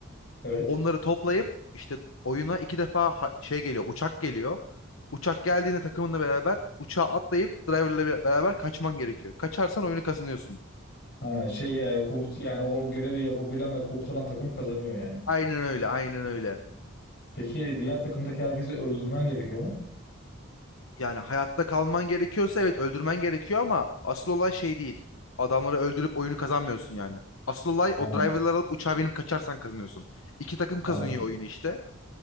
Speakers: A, on the left; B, on the left.
A: evet.
B: Onları toplayıp işte oyuna iki defa ha- şey geliyor, uçak geliyor. Uçak geldiğinde takımınla beraber uçağa atlayıp driverla be- beraber kaçman gerekiyor. Kaçarsan oyunu kazanıyorsun.
A: Ha, şey e, kurt yani o görevi yapabilen ve kurtulan takım kazanıyor yani.
B: Aynen öyle, aynen öyle.
A: Peki diğer takımdaki herkesi öldürmen gerekiyor mu?
B: Yani hayatta kalman gerekiyorsa evet öldürmen gerekiyor ama asıl olay şey değil. Adamları öldürüp oyunu kazanmıyorsun yani. Asıl olay
A: Ha,
B: o driverları alıp uçağa binip kaçarsan kazanıyorsun. İki takım kazanıyor
A: ha,
B: oyunu işte.